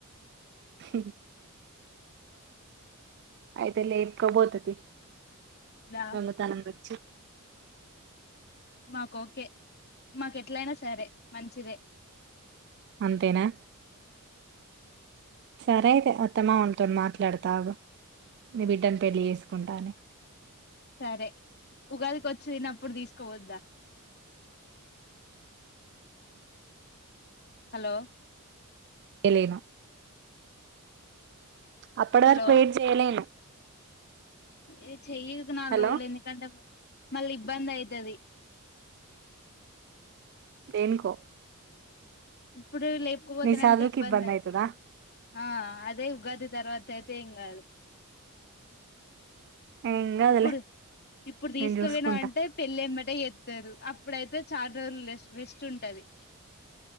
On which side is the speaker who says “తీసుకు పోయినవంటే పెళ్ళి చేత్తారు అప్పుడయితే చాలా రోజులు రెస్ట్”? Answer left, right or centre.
Left